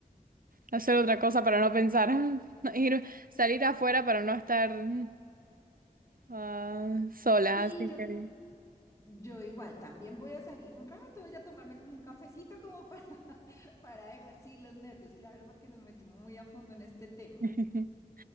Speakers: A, on the right; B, on the left.
A: hacer otra cosa para no pensar. <laughs> Ir, salir afuera para no estar mm, ah, sola,
B: Sí,
A: así
B: yo,
A: que...
B: yo igual, también voy a salir un rato, voy a tomarme como un cafecito como para, <laughs> para dejar sí los nervios, claro, porque nos metimos muy a fondo en este tema.
A: <laughs>